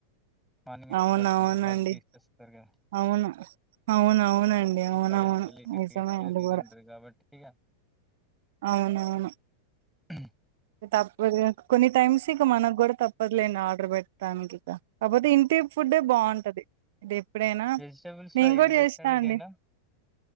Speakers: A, in the centre; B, on the right (about 55°).
A: మార్నింగ్
B: అవును అవునండి
A: హర్గిస్తరుగా
B: అవును అవునవునండి అవునవును
A: కాలేజీకి వెళ్ళి తిరిగేసి
B: నిజమే అది
A: ఇది
B: కూడా
A: ఉంటది కాబట్టి ఇగ
B: అవునవును
A: హు
B: తప్పద్గా కొన్ని టైమ్స్ ఇక మనకు కూడా తప్పదులేండి ఆర్డర్ పెట్టడానికి ఇక కాకపోతే ఇంటి ఫుడ్డే బావుంటది. ఇది ఎప్పుడైనా
A: వెజిటేబుల్స్
B: నేను
A: లో ఏది
B: కూడా
A: బెస్ట్
B: చేస్తా అండి
A: తినడం